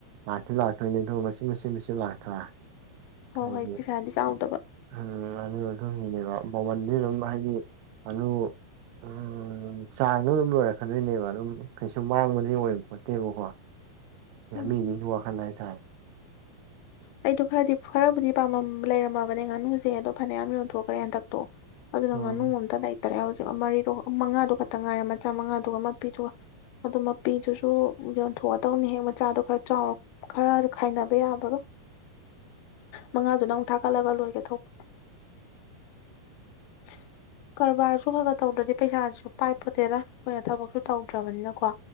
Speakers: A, on the right (about 80°); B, on the left (about 85°).
A: ꯂꯥꯛꯇꯤ ꯂꯥꯛꯇꯣꯏꯅꯦꯗꯨ ꯃꯆꯤꯠ ꯃꯆꯤꯠ ꯃꯆꯤꯠ ꯂꯥꯛꯇ꯭ꯔꯥ
B: ꯍꯣ
A: ꯍꯥꯏꯗꯤ
B: ꯍꯣꯏ꯭ꯠ ꯄꯩꯁꯥꯗꯤ ꯆꯥꯎꯗꯕ
A: ꯎꯝ ꯉꯥꯅꯨ <unintelligible> <unintelligible> ꯃꯜꯗꯤ ꯑꯗꯨꯝ ꯍꯥꯏꯗꯤ ꯉꯥꯅꯨ ꯎꯝ ꯆꯥꯡꯗꯣ ꯑꯗꯨꯝ ꯂꯣꯏꯔꯛꯀꯗꯣꯏꯅꯦꯕ ꯑꯗꯨꯝ ꯀꯩꯁꯨ ꯃꯥꯡꯕꯗꯤ ꯑꯣꯏꯕꯄꯣꯟꯇꯦꯕꯀꯣ ꯎ꯭ꯞꯍ
B: ꯎꯝ
A: ꯃꯤ ꯃꯤꯒꯤ ꯋꯥꯈꯜ ꯍꯥꯏꯇꯥꯔꯦ
B: ꯑꯩꯗꯣ ꯈꯔꯗꯤ ꯐ ꯈꯔꯕꯨꯗꯤ ꯄꯥꯝꯃꯝ ꯂꯩꯔꯝꯃꯕꯅꯦ ꯉꯥꯅꯨꯁꯦ ꯑꯗꯣ ꯐꯅꯌꯥꯝ ꯌꯣꯟꯊꯣꯛꯈ꯭ꯔꯦ ꯍꯟꯗꯛꯇꯣ ꯑꯗꯨꯅ
A: ꯎꯝ
B: ꯉꯥꯅꯨ ꯑꯃꯝꯇ ꯂꯩꯇꯔꯦ ꯍꯧꯖꯤꯛ ꯃꯔꯤꯗꯣ ꯃꯉꯥꯗꯨ ꯈꯛꯇ ꯉꯥꯏꯔꯦ ꯃꯆꯥ ꯃꯉꯥꯗꯨꯒ ꯃꯄꯤꯗꯨꯒ ꯑꯗꯨ ꯃꯄꯤꯗꯨꯁꯨ ꯌꯣꯟꯊꯣꯛꯑꯗꯧꯅꯤ ꯍꯦꯛ ꯃꯆꯥꯗꯣ ꯈꯔ ꯆꯥꯎꯔꯛ ꯈꯔ ꯈꯥꯏꯅꯕ ꯌꯥꯕꯒ ꯃꯉꯥꯗꯨꯅ ꯑꯃꯨꯛ ꯊꯥꯀꯠꯂꯒ ꯂꯣꯏꯒꯦ ꯇꯩꯕ <unintelligible> ꯀꯔꯕꯥꯔꯁꯨ ꯈꯔ ꯈꯔ ꯇꯧꯗ꯭ꯔꯗꯤ ꯄꯩꯁꯥꯁꯤꯁꯨ ꯄꯥꯏꯄꯣꯠꯇꯦꯗ ꯑꯩꯈꯣꯏꯅ ꯊꯕꯛꯁꯨ ꯇꯧꯗ꯭ꯔꯕꯅꯤꯅꯀꯣ